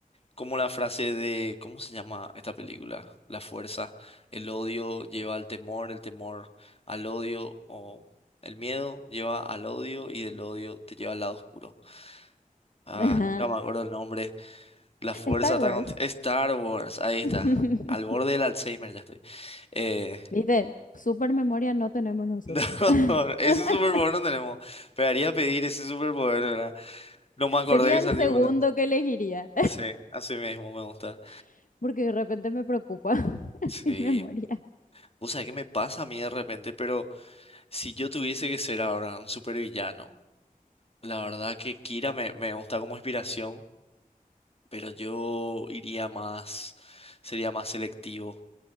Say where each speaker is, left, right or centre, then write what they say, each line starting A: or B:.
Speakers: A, on the left (about 40°); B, on the left (about 60°).
A: Como la frase de, ¿cómo se llama esta película? La fuerza, el odio lleva al temor, el temor al odio, o el miedo lleva al odio y del odio te lleva al lado oscuro. Ah,
B: <laughs> Ajá.
A: nunca me acuerdo el nombre. La fuerza
B: Star
A: está
B: Wars.
A: con... Star Wars, ahí está.
B: <laughs>
A: Al borde del Alzheimer ya estoy. Eh,
B: ¿Viste? Super memoria no tenemos
A: <laughs>
B: nosotros.
A: no, ese
B: <laughs>
A: superpoder no tenemos. Pegaría a pedir ese superpoder, ¿verdad? No me acordé
B: Sería
A: de
B: el
A: salir
B: segundo
A: volando.
B: que elegiría,
A: Sí, así mismo me gusta.
B: <laughs> porque de repente me preocupa <laughs>
A: Sí,
B: mi memoria.
A: vos sabés qué me pasa a mí de repente, pero... Si yo tuviese que ser ahora un supervillano, la verdad que Kira me, me gusta como inspiración, pero yo iría más, sería más selectivo.